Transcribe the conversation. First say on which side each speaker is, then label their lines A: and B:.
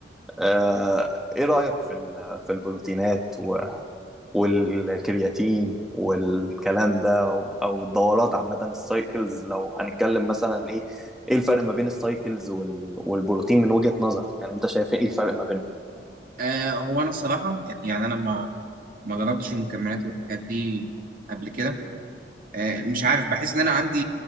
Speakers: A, in the centre; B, on the right.
A: آه، ايه رأيك في ال- في البروتينات و- والكرياتين والكلام ده او الدورات عامة السايكلز لو هنتكلم مثلا ايه ايه الفرق ما بين السايكلز وال- والبروتين من وجهة نظرك يعني انت شايف ايه الفرق ما بينهم
B: آه هو انا الصراحه يعني انا ما ما جربتش المكملات والحاجات دي قبل كده آه مش عارف بحس ان انا عندي